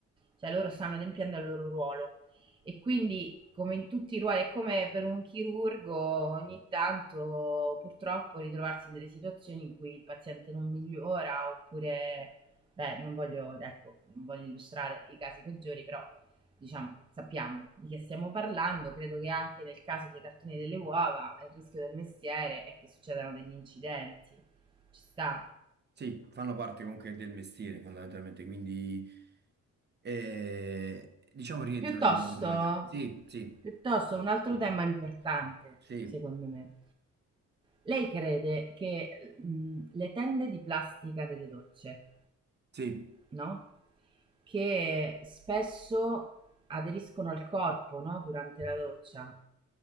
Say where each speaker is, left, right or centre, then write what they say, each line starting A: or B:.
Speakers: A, on the right (about 15°); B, on the right (about 35°).
A: cioè loro stanno adempiendo al loro ruolo. E quindi, come in tutti i ruoli, è come per un chirurgo, ogni tanto purtroppo ritrovarsi in delle situazioni in cui il paziente non migliora oppure, beh, non voglio, ecco, non voglio illustrare i casi peggiori, però diciamo, sappiamo di che stiamo parlando, credo che anche nel caso dei cartoni delle uova il rischio del mestiere è che succedano degli incidenti, ci sta,
B: Sì, fanno parte comunque del mestiere fondamentalmente, quindi eh, diciamo rientra
A: Piuttosto,
B: nella normalità. Sì, sì,
A: piuttosto un altro
B: sì,
A: tema importante,
B: sì,
A: secondo me. Lei crede che mh, le tende di plastica delle docce,
B: sì.
A: no? Che spesso aderiscono al corpo, no? Durante la doccia.